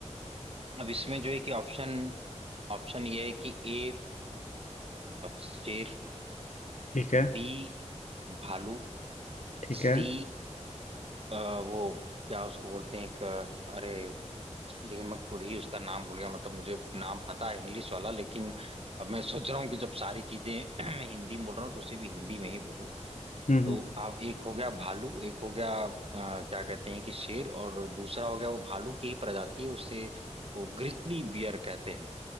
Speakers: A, on the right; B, on the left.
A: अब इसमें जो है कि ऑप्शन ऑप्शन ये है कि ए शेर
B: ठीक है
A: बी भालू
B: ठीक
A: सी
B: है हम्म
A: अ, वो क्या उसको बोलते हैं एक अ, अरे देखिए मैं खुद ही उसका नाम भूल गया मतलब मुझे नाम पता है इंग्लिश वाला लेकिन अब मैं सोच रहा हूँ कि जब सारी चीजें <clears throat> मैं हिंदी में बोल रहा हूँ तो उसे भी हिंदी में ही बोलूँ
B: हम्म,
A: तो आप एक हो गया भालू एक हो गया अ, क्या कहते हैं कि शेर और दूसरा हो गया वो भालू की ही प्रजाति है उसे वो ग्रिजली बियर कहते हैं